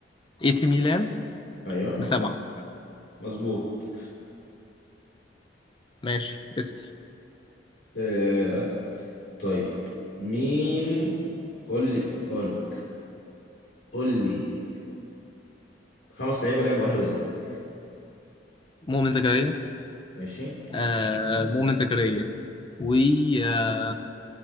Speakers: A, on the left; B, on the left.
A: اي سي ميلان
B: أيوه
A: بسبعه
B: مظبوط
A: ماشي اسم
B: آه، أسأل طيب مين قول لي أقول لك قول لي خمس لعيبة لعبوا أهلي وزمالك
A: مؤمن زكريا
B: ماشي
A: آه مؤمن زكريا و آه،